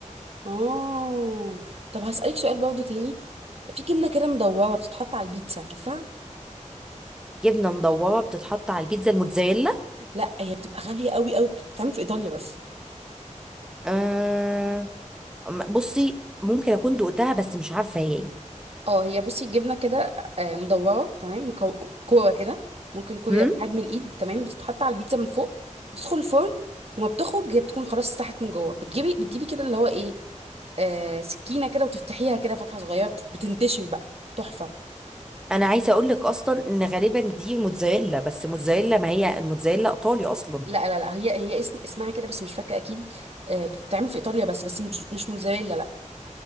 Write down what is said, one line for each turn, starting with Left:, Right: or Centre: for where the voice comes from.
Right: اه طب هسالك سؤال برضو تاني في جبنه كده مدوره بتتحط على البيتزا عارفه
Centre: جبنه مدوره بتتحط على البيتزا الموتزاريلا
Right: لا هي بتبقى غالية قوي قوي بتتعمل في إيطاليا بس
Centre: آه م- بصي ممكن اكون دقتها بس مش عارفه هي ايه
Right: اه هي بصي الجبنه كده آه، مدوره تمام مكو- كوره كده ممكن كوره
Centre: هم؟
Right: بحجم الايد تمام بتتحط على البيتزا من فوق بتدخل الفرن وما بتخرج هي بتكون خلاص استحت من جوه بتجيبي بتجيبي كده اللي هو ايه آه سكينه كده وتفتحيها كده فتحه صغيره بت- بتنتشر بقى تحفه
Centre: انا عايزه اقول لك اصلا ان غالبا دي موتزاريلا بس موتزاريلا ما هي الموتزاريلا ايطالي اصلا
Right: لا لا لا هي هي اسم اسمها كده بس مش فاكره اكيد آه بتتعمل في ايطاليا بس بس مش مش موتزاريلا لا